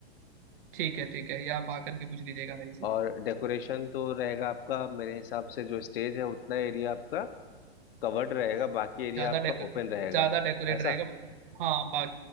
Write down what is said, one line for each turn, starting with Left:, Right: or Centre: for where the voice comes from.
Right: ठीक है ठीक है ये आप आकर के पूछ लीजिएगा मेरे से
Left: और डेकोरेशन तो रहेगा आपका मेरे हिसाब से जो स्टेज है उतना एरिया आपका कवर्ड रहेगा बाकी एरिया
Right: ज्यादा
Left: आपका
Right: डेकोर
Left: ओपन रहेगा
Right: ज्यादा डेकोरेट
Left: ऐसा
Right: रहेगा हाँ बा,